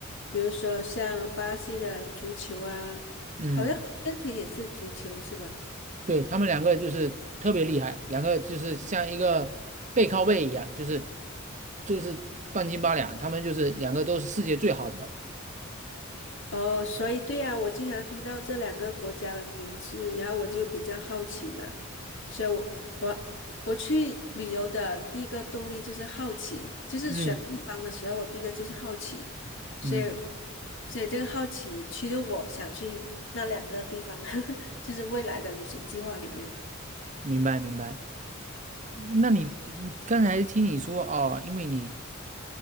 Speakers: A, on the left (about 65°); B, on the right (about 35°).
A: 比如说像巴西的足球啊，
B: 嗯，
A: 好像阿根廷也是足球是吧？
B: 对，他们两个就是特别厉害，两个就是像一个背靠背一样，就是就是半斤八两，他们就是两个都是世界最好的。
A: 哦，所以对呀，我经常听到这两个国家的名字，然后我就比较好奇嘛，所以我我我去旅游的第一个动力就是好奇，就是选地嗯方的时候，
B: 嗯
A: 我第一个就是好奇，所以
B: 嗯，
A: 所以这个好奇驱动我想去那两个地方，<laughs> 就是未来的旅行计划里面。
B: 明白明白。那你嗯刚才听你说哦，因为你